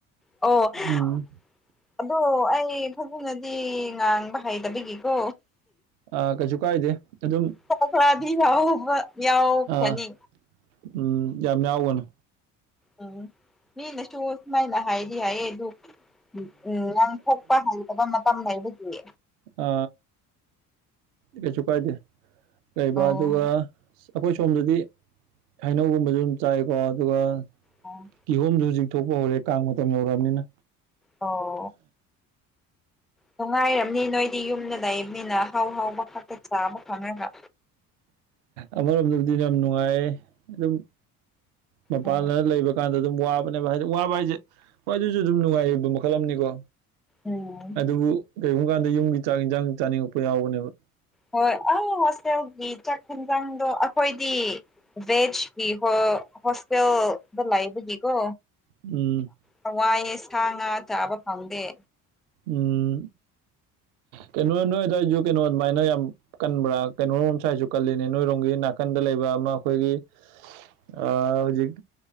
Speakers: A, in the centre; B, on the right.
A: ꯑꯣ ꯍ
B: ꯎꯝ
A: ꯑꯗꯣ ꯑꯩ ꯐꯖꯅꯗꯤ ꯉꯥꯡꯕ ꯍꯩꯇꯕꯒꯤꯀꯣ
B: ꯑꯥ ꯀꯩꯁꯨ ꯀꯥꯏꯗꯦ ꯑꯗꯨꯝ
A: ꯈꯔ ꯈꯔꯗꯤ ꯌꯥꯎꯕ ꯌꯥꯎꯈ꯭ꯔꯅꯤ
B: ꯑꯥ ꯎꯝ ꯌꯥꯝ ꯌꯥꯎꯒꯅꯨ
A: ꯎꯝ ꯃꯤꯅꯁꯨ ꯁꯨꯃꯥꯏꯅ ꯍꯥꯏꯗꯤ ꯍꯥꯏꯌꯦ ꯑꯗꯨ ꯎꯝ ꯉꯥꯡꯊꯣꯛꯄ ꯍꯩꯇꯕ ꯃꯇꯝ ꯂꯩꯕꯒꯤ
B: ꯑ ꯀꯩꯁꯨ ꯀꯥꯏꯗꯦ ꯀꯩꯕ
A: ꯑꯣ
B: ꯑꯗꯨꯒ ꯑꯩꯈꯣꯏ ꯁꯣꯝꯗꯗꯤ ꯍꯩꯅꯧꯒꯨꯝꯕꯁꯨ ꯑꯗꯨꯝ ꯆꯥꯏꯀꯣ ꯑꯗꯨꯒ
A: ꯑꯣ
B: ꯀꯤꯍꯣꯝꯗꯨ ꯍꯨꯖꯤꯛ ꯊꯣꯛꯄ ꯍꯧꯔꯦ ꯀꯥꯡ ꯃꯇꯝ ꯌꯧꯔꯛꯑꯕꯅꯤꯅ
A: ꯑꯣ ꯅꯨꯡꯉꯥꯏꯔꯝꯅꯤ ꯅꯣꯏꯗꯤ ꯌꯨꯝꯗ ꯂꯩꯕꯅꯤꯅ ꯑꯍꯥꯎ ꯍꯥꯎꯕ ꯈꯛꯇ ꯆꯥꯕ ꯐꯪꯔꯒ
B: ꯑꯃꯔꯣꯝꯗꯕꯨꯗꯤ ꯌꯥꯝ ꯅꯨꯡꯉꯥꯏ ꯑꯗꯨꯝ ꯃꯄꯥꯟꯗ
A: ꯎꯝ
B: ꯂꯩꯕ ꯀꯥꯟꯗ ꯑꯗꯨꯝ ꯋꯥꯕꯅꯦꯕ ꯍꯥꯏꯗꯤ ꯋꯥꯕ ꯍꯥꯏꯁꯦ ꯍꯣꯏ ꯑꯗꯨꯁꯨ ꯑꯗꯨꯝ ꯅꯨꯡꯉꯥꯏꯕ ꯃꯈꯜ ꯑꯃꯅꯤꯀꯣ
A: ꯎꯝ
B: ꯑꯗꯨꯕꯨ ꯀꯔꯤꯒꯨꯝꯕ ꯀꯥꯟꯗ ꯌꯨꯝꯒꯤ ꯆꯥꯛ ꯏꯟꯖꯥꯡ ꯆꯥꯅꯤꯡꯉꯛꯄ ꯌꯥꯎꯕꯅꯦꯕ
A: ꯍꯣꯏ ꯑ ꯍꯣꯁꯇꯦꯜꯒꯤ ꯆꯥꯛ ꯍꯦꯟꯖꯥꯡꯗꯣ ꯑꯩꯈꯣꯏꯗꯤ ꯕꯦꯖꯒꯤ ꯍꯣ ꯍꯣꯁꯇꯦꯜꯗ ꯂꯩꯕꯒꯤꯒꯣ
B: ꯎꯝ
A: ꯍꯋꯥꯏ ꯁꯥ ꯉꯥ ꯆꯥꯕ ꯐꯪꯗꯦ
B: ꯎꯝ ꯀꯩꯅꯣ ꯅꯣꯏ ꯑꯗꯨꯋꯥꯏꯁꯨ ꯀꯩꯅꯣ ꯑꯗꯨꯃꯥꯏꯅ ꯌꯥꯝ ꯀꯟꯕ꯭ꯔꯥ ꯀꯩꯅꯣꯔꯣꯝ ꯁꯥꯏꯗꯁꯨ ꯀꯜꯂꯤꯅꯦ ꯅꯣꯏꯔꯣꯝꯒꯤ ꯅꯥꯀꯥꯟꯗ ꯂꯩꯕ ꯑꯃ ꯑꯩꯈꯣꯏꯒꯤ ꯑ ꯍꯧꯖꯤꯛ